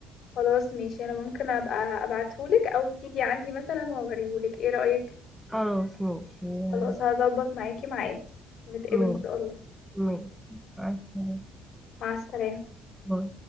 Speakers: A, on the left; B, in the centre.
A: خلاص ماشي انا ممكن ابقى ابعتهولك او تيجي عندي مثلا واوريهولك ايه رأيك
B: خلاص ماشي
A: خلاص
B: آه،
A: هظبط معاكي ميعاد ونتقابل
B: ماشي
A: ان شاء الله
B: ماشي مع السلامة
A: مع السلامة
B: باي.